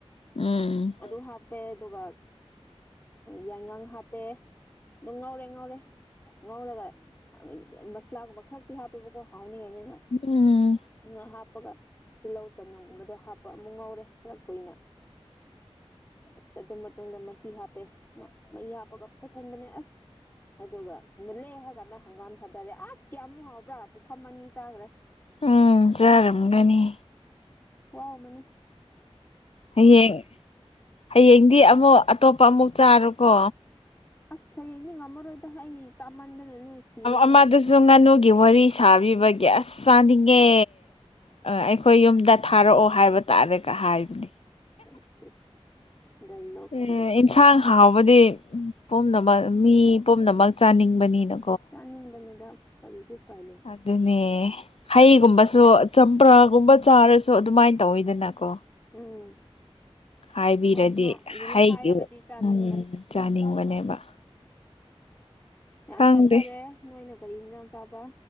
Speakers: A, on the left (about 70°); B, on the left (about 20°).
A: ꯎꯝ
B: ꯑꯗꯨ ꯍꯥꯞ ꯍꯥꯞꯄꯦ ꯑꯗꯨꯒ ꯌꯥꯏꯉꯪ ꯍꯥꯞꯄꯦ ꯑꯗꯨꯝ ꯉꯥꯎꯔꯦ ꯉꯥꯎꯔꯦ ꯉꯥꯎꯔꯒ ꯃꯁꯂꯥꯒꯨꯝꯕ ꯈꯔꯛꯇꯤ ꯍꯥꯞꯄꯦꯕꯀꯣ ꯍꯥꯎꯅꯤꯡꯉꯥꯏꯅꯤ
A: ꯎꯝ
B: ꯉ ꯍꯥꯞꯄꯒ ꯇꯤꯜꯍꯧ ꯆꯅꯝꯒꯨꯝꯕꯗꯣ ꯍꯥꯞꯄ ꯑꯃꯨꯛ ꯉꯧꯔꯦ ꯈꯔ ꯀꯨꯏꯅ ꯑꯁ ꯑꯗꯨ ꯃꯇꯨꯡꯗ ꯃꯍꯤ ꯍꯥꯞꯄꯦ ꯃꯍꯤ ꯍꯥꯞꯄꯒ ꯐꯣꯠꯍꯟꯕꯅꯦ ꯑꯁ ꯑꯗꯨꯒ ꯃꯠꯂꯦ ꯍꯥꯏ ꯀꯥꯟꯅ ꯍꯪꯒꯥꯝ ꯊꯥꯗꯔꯦ ꯑꯁ ꯀꯌꯥꯃꯨꯛ ꯍꯥꯎꯕ꯭ꯔꯥ ꯄꯨꯈꯝ ꯑꯅꯤ ꯆꯥꯈ꯭ꯔꯦ
A: ꯎꯝ ꯆꯔꯝꯒꯅꯤ
B: ꯈꯨꯍꯥꯎ ꯃꯅꯤ
A: ꯍꯌꯦꯡ ꯍꯌꯦꯡꯗꯤ ꯑꯃꯨꯛ ꯑꯇꯣꯞꯄ ꯑꯃꯨꯛ ꯆꯥꯔꯨꯀꯣ
B: ꯑꯁ ꯍꯌꯦꯡꯗꯤ ꯉꯝꯃꯔꯣꯏꯗ ꯑꯩ ꯆꯥꯃꯟꯗꯅꯅꯦ ꯁꯤꯔꯅꯤꯗ
A: ꯑꯃꯗꯨꯁꯨ ꯉꯥꯅꯨꯒꯤ ꯋꯥꯔꯤ ꯁꯥꯕꯤꯕꯒꯤ ꯑꯁ ꯆꯥꯅꯤꯡꯉꯦ ꯑꯩꯈꯣꯏ ꯌꯨꯝꯗ ꯊꯥꯔꯛꯑꯣ ꯍꯥꯏꯕ ꯇꯥꯔꯦꯒ ꯍꯥꯏꯕꯅꯤ
B: ꯑꯦꯁ ꯑꯦꯁ ꯗꯥꯏꯂꯣꯛꯇꯤꯒꯣ
A: ꯑꯦ ꯏꯟꯁꯥꯡ ꯍꯥꯎꯕꯗꯤ ꯄꯨꯝꯅꯃꯛ ꯃꯤ ꯄꯨꯝꯅꯃꯛ ꯆꯥꯅꯤꯡꯕꯅꯤꯅ
B: ꯆꯥꯅꯤꯡꯕꯅꯤꯗ ꯀꯔꯤꯗꯤ ꯎꯄꯥꯏ ꯂꯩ
A: ꯑꯗꯨꯅꯦ ꯍꯩꯒꯨꯝꯕꯁꯨ ꯆꯝꯄ꯭ꯔꯥꯒꯨꯝꯕ ꯆꯥꯔꯁꯨ ꯑꯗꯨꯃꯥꯏꯟ ꯇꯧꯋꯤꯗꯅꯀꯣ
B: ꯎꯝ
A: ꯍꯥꯏꯕꯤꯔꯗꯤ
B: ꯌꯥꯝ ꯑꯗꯨꯅꯤ
A: ꯍꯩꯒꯤ
B: ꯍꯥꯏꯔꯒꯗꯤ ꯆꯥꯅꯤꯡꯕꯅꯦ
A: ꯎꯝ ꯆꯥꯅꯤꯡꯕꯅꯦꯕ
B: ꯌꯥꯝ
A: ꯈꯪꯗꯦ
B: ꯆꯥꯊꯔꯦ ꯅꯣꯏꯅ ꯀꯔꯤ ꯏꯟꯖꯥꯡ ꯆꯥꯕ